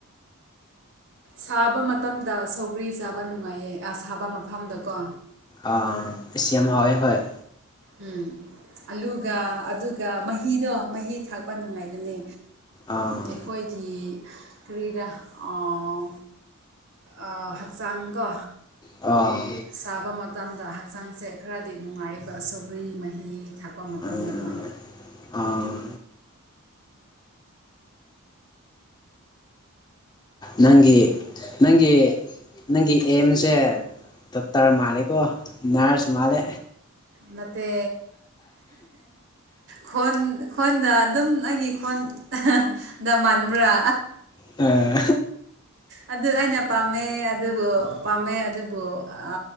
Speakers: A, on the right; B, on the left.
A: ꯁꯥꯕ ꯃꯇꯝꯗ ꯁꯧꯒ꯭ꯔꯤ ꯆꯥꯕ ꯅꯨꯡꯉꯥꯏꯌꯦ ꯑ ꯁꯥꯕ ꯃꯐꯝꯗꯀꯣ꯫
B: ꯑꯥ ꯑꯁ ꯌꯥꯝ ꯍꯥꯎꯋꯦ ꯍꫭꯏ꯫
A: ꯎꯝ ꯑꯂꯨꯒ ꯑꯗꯨꯒ ꯃꯍꯤꯗꯣ ꯃꯍꯤ ꯊꯥꯛꯄ ꯅꯨꯡꯉꯥꯏꯕꯅꯦ꯫
B: ꯑꯥ
A: ꯑꯩꯈꯣꯏꯒꯤ ꯀꯥꯔꯤꯔ ꯑꯥ ꯑ ꯍꯛꯆꯥꯡꯀꯣ
B: ꯑꯥ
A: ꯁꯥꯕ ꯃꯇꯝꯗ ꯍꯛꯆꯥꯡꯁꯦ ꯈꯔꯗꯤ ꯅꯨꯡꯉꯥꯏ ꯁꯧꯒ꯭ꯔꯤ ꯃꯍꯤ ꯊꯥꯛꯄ ꯃꯇꯝꯗꯀꯣ
B: ꯎꯝ ꯑꯥ ꯅꯪꯒꯤ ꯅꯪꯒꯤ ꯅꯪꯒꯤ ꯑꯦꯝꯁꯦ ꯗꯣꯛꯇꯔ ꯃꯥꯜꯂꯦꯀꯣ ꯅꯔꯁ ꯃꯥꯜꯂꯦ
A: ꯅꯠꯇꯦ ꯈꯣꯟ ꯈꯣꯟꯗ ꯑꯗꯨꯝ ꯑꯩꯒꯤ ꯈꯣꯟꯗ ꯃꯥꯟꯕ꯭ꯔꯥ꯫
B: ꯑꯥ
A: ꯑ꯫ ꯑꯗꯨ ꯑꯩꯅ ꯄꯥꯝꯃꯦ ꯑꯗꯨꯕꯨ ꯄꯥꯝꯃꯦ ꯑꯗꯨꯕꯨ ꯑ